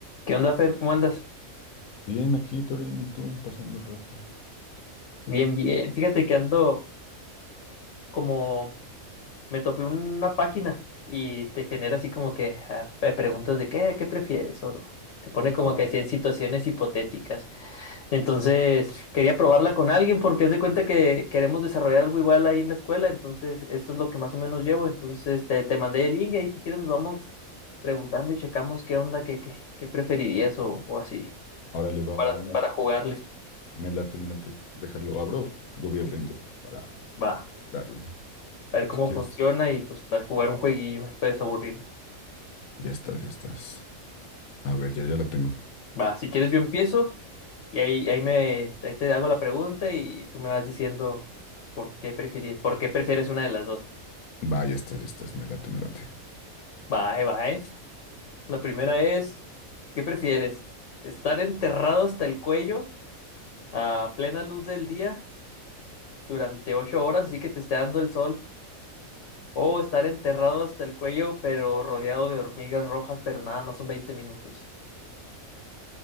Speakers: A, on the left (about 65°); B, on the left (about 80°).
A: ¿Qué onda, Fer? ¿Cómo andas?
B: Bien, aquí, Torín, y tú, pasando el rato.
A: Bien, bien. Fíjate que ando como me topé una página y te genera así como que ah, pe- preguntas de qué, qué prefieres o no. Te pone como
B: Ah,
A: que así en situaciones hipotéticas. Entonces, quería probarla con alguien porque haz de cuenta que queremos desarrollar algo igual ahí en la escuela. Entonces, esto es lo que más o menos llevo. Entonces, te, te mandé el link y ahí si quieres nos vamos preguntando y checamos qué onda, qué, qué, qué preferirías o, o así
B: ahora le va,
A: para,
B: papá, me,
A: para jugarle.
B: me late, me late. Déjalo, abro, lo voy abriendo para
A: Va.
B: darle.
A: a ver cómo
B: Si quieres,
A: funciona y pues para jugar un jueguillo ahí para desaburrirnos.
B: ya estás, ya estás. A ver, ya, ya la tengo.
A: Va, si quieres yo empiezo y ahí, ahí me, ahí te hago la pregunta y, tú me vas diciendo por qué prefieres, por qué prefieres una de las dos.
B: Va, ya estás, ya estás, me late, me late.
A: Va, ahí va, eh. La primera es, ¿qué prefieres? ¿Estar enterrado hasta el cuello a plena luz del día durante ocho horas, así que te esté dando el sol? O estar enterrado hasta el cuello, pero rodeado de hormigas rojas, pero nada más son veinte minutos.